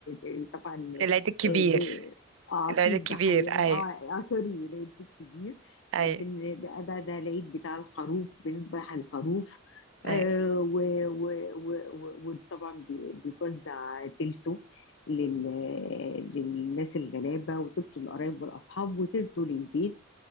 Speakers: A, on the left; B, on the right.
A: آه، طبعا
B: العيد الكبير
A: آه، ب- اه
B: العيد
A: في
B: الكبير
A: الضحية
B: أيوه
A: اه, آه سوري العيد الكبير
B: أيوه
A: آه، بن- بقى ده ده العيد بتاع الخروف بنذبح الخروف
B: أيوه
A: آه، و- و- و- و- وطبعا بي- بيتوزع تلته لل- للناس الغلابة وتلته للقرايب والأصحاب وتلته للبيت